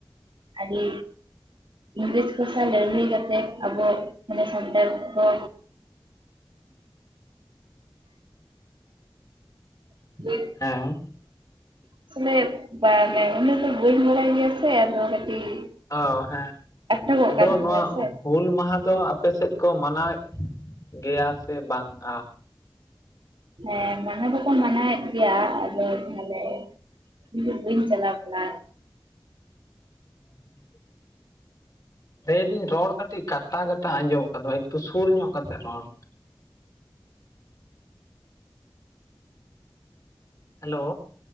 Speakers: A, on the right (about 75°); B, on the left (about 45°).
A: ᱟᱹᱰᱤ ᱤᱝᱨᱮᱡᱽ ᱠᱚ ᱥᱟᱶ ᱞᱟᱹᱲᱦᱟᱹᱭ ᱠᱟᱛᱮ ᱟᱵᱚ ᱢᱟᱱᱮ ᱥᱟᱱᱛᱟᱲ ᱠᱚᱠᱚ <unintelligible>
B: ᱦᱮᱸ
A: ᱟᱥᱚᱞᱮ <unintelligible> ᱩᱱᱟᱹᱜ ᱫᱚ ᱵᱟᱹᱧ ᱵᱟᱲᱟᱭ ᱜᱮᱭᱟ ᱥᱮ ᱟᱫᱚ ᱠᱟᱹᱴᱤᱡ
B: ᱚ ᱦᱮᱸ᱾
A: ᱟᱴᱚᱠᱚᱜ
B: ᱟᱫᱚ
A: ᱠᱟᱱ ᱛᱤᱧᱟᱹ
B: ᱱᱚᱣᱟ
A: ᱥᱮ
B: ᱦᱩᱞ ᱢᱟᱦᱟ ᱫᱚ ᱟᱯᱮ ᱥᱮᱫ ᱠᱚ ᱢᱟᱱᱟᱣᱮᱫ ᱜᱮᱭᱟ ᱥᱮ ᱵᱟᱝᱼᱟ?
A: ᱦᱮᱸ ᱢᱟᱱᱟᱣ ᱫᱚᱠᱚ ᱢᱟᱱᱟᱣᱮᱫ ᱜᱮᱭᱟ᱾ ᱟᱫᱚ ᱛᱟᱦᱚᱞᱮ ᱤᱧ ᱫᱚ ᱵᱟᱹᱧ ᱪᱟᱞᱟᱣ ᱠᱟᱱᱟ᱾
B: <inaudible> ᱞᱟᱹᱭᱫᱟᱹᱧ ᱨᱚᱲ ᱠᱟᱹᱴᱤᱡ ᱠᱟᱴᱟ ᱠᱟᱴᱟ ᱟᱸᱡᱚᱢᱚᱜ ᱠᱟᱱ ᱛᱟᱢᱟ ᱮᱠᱴᱩ ᱥᱩᱨ ᱧᱚᱜ ᱠᱟᱛᱮᱫ ᱨᱚᱲ᱾ ᱦᱮᱞᱳ᱾